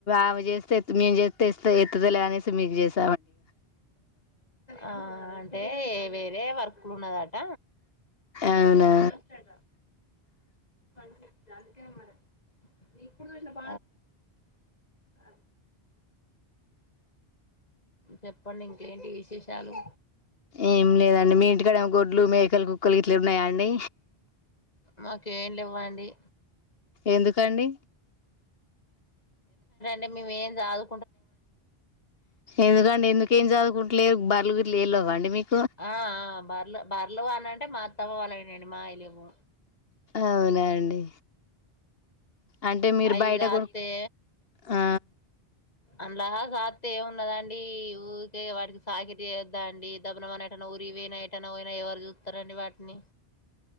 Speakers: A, on the left (about 70°); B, on the left (about 40°).
A: ఆమె చేస్తే మేము చేస్తేస్త ఎత్తలే అనేసి మీకు చేస్తా
B: ఆ అంటే వేరే వర్క్ ఉన్నదట
A: అవునా
B: ఈ రోజే లాస్ట్ అట అందుకే తెచ్చుకుందాం ఆ చెప్పండి ఇంకేంటి విశేషాలు
A: ఏం లేదండి మీ ఇంటికాడ ఏ గోర్లు మేకలు కుక్కలు ఇట్లు ఉన్నాయాండి
B: మాకేం లేవండి
A: ఎందుకండి
B: డి మీ వే జాదు
A: ఎందుకండి ఎందుక ఏం చదువుకుంటలే బర్లు గుట లేళవ్వండి మీకు
B: ఆ ఆ బర్ల బర్లు కావాలంటే అంటే మా అత్తమ్మ వాళ్లయి అండి మాయి లేవు
A: అవునా అండి అంటే మీరు
B: అయి
A: బయట
B: జాతే
A: కొన్ ఆ
B: అండ్లా సాతే ఏమి ఉన్నదండి ఊకే వాటికి సాకితి చేయొద్దా అండి దబ్బున మనం ఏటాన్నా పో తే ఊరికి పోయినా ఎటన్నా పోయినా ఎవరు చూస్తరండి వాటిని